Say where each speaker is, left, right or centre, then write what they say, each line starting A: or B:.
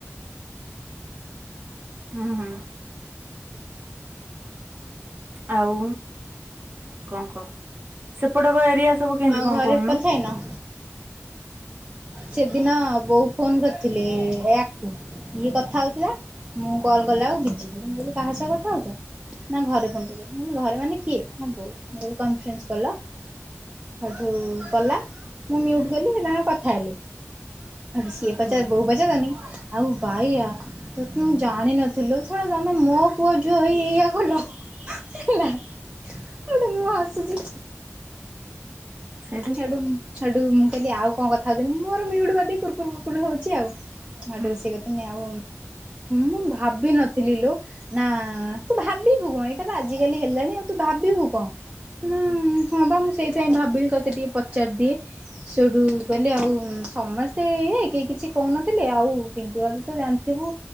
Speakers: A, on the right; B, on the right.
A: ହୁଁ ହୁଁ। ଆଉ କଣ କହ? ସେପଟ କ ଏରିଆ ସବୁ କେମତି
B: ଆଉ
A: କଣ
B: ଘରେ
A: କହୁନୁ?
B: କଥା ହେଇନ ସେଦିନ ବୋଉ ଫୋନ କରିଥିଲେ ୟାକୁ, ଇଏ କଥା ହଉଥିଲା ମୁଁ କଲ୍ କଲାଉକୁ ବିଜି। ସୋଉଠୁ ମୁଁ କହଲି କାହା ସହ କଥା ହଉଚ? ନା ଘରେ ଫୋନ୍ କରିଛନ୍ତି। ମୁଁ କହିଲି ଘରେ ମାନେ କିଏ? ନା ବୋଉ। ମୁଁ କହିଲି କନଫରେନ୍ସ କଲ। ହେଉଠୁ କଲା, ମୁଁ ମ୍ୟୁଟ୍ କଲି ସେ ତାଙ୍କର କଥା ହେଲେ। ସେଇଠୁ ସିଏ ପଚା
A: ହୁଁ।
B: ବୋଉ ପଚାରୁଚନ୍ତି, ଆଉ ବାଇଆ ତତେ ମୁଁ ଜାଣିନଥିଲୁ ଲୋ। ଶଳା ତମେ ମୋ ପୁଅ ଝୁଅ ହେଇ ଏଇଆ କଲ। ହେଲା। ସୋଉଟୁ ମୁଁ ହସୁଛି।
A: ସେଇଠୁ
B: ସେଉଟୁ ସେଉଟୁ ମୁଁ କହିଲି ଆଉ କଣ କଥା ହଉଚନ୍ତି। ମୁଁ ମୋର ମ୍ୟୁଟ କରିଦେଇ କୁରକୁର କୁରକୁର ହଉଛି ଆଉ। ସୋଉଟୁ
A: ହୁଁ
B: ସିଏ କହୁଛନ୍ତି ଆଉ ମୁଁ ଭାବିନଥିଲି ଲୋ, ନା ତୁ ଭାବିବୁ କଣ ଏଇ ସିଏବା ଆଜିକାଲି ହେଲାଣି ଆଉ ତୁ ଭାବିବୁ କଣ? ନାଁ ହଁ ବା ମୁଁ ସେଇଥିପାଇଁ ଭାବିଲି ତତେ ତତେ ଟିକେ ପଚାରି ଦିଏ। ସୋଉଠୁ କହିଲେ ଆଉ ସମସ୍ତେ ଇଏ କେହି କିଛି କହୁନଥିଲେ ଆଉ ହଉ ପିଙ୍କି ଭାଉଜ ତ ଜାଣିଥିବୁ,